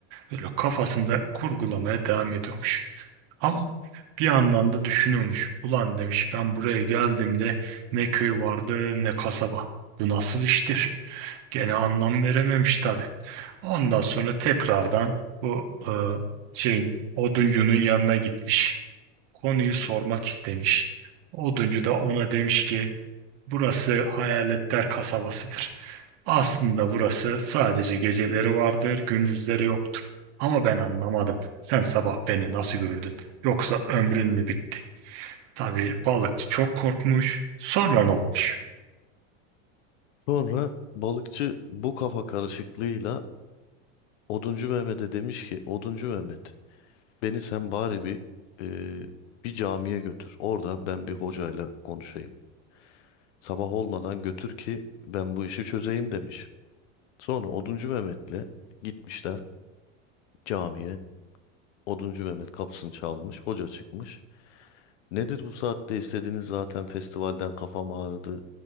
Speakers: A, on the right; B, on the left.
A: Böyle kafasında kurgulamaya devam ediyormuş. Ama bir yandan da düşünüyormuş. Ulan demiş ben buraya geldiğimde ne köy vardı ne kasaba. Bu nasıl iştir? Gene anlam verememiş tabii. Ondan sonra tekrardan bu e, şeyin oduncunun yanına gitmiş. Konuyu sormak istemiş. Oduncu da ona demiş ki burası hayaletler kasabasıdır. Aslında burası sadece geceleri vardır, gündüzleri yoktur. Ama ben anlamadım. Sen sabah beni nasıl gördün? Yoksa ömrün mü bitti? Tabii balıkçı çok korkmuş. Sonra ne olmuş?
B: Sonra balıkçı bu kafa karışıklığıyla Oduncu Mehmet'e demiş ki Oduncu Mehmet beni sen bari bir e, bir camiye götür. Orada ben bir hocayla konuşayım. Sabah olmadan götür ki ben bu işi çözeyim demiş. Sonra Oduncu Mehmet'le gitmişler camiye. Oduncu Mehmet kapısını çalmış, hoca çıkmış. Nedir bu saatte istediğiniz zaten festivalden kafam ağrıdı.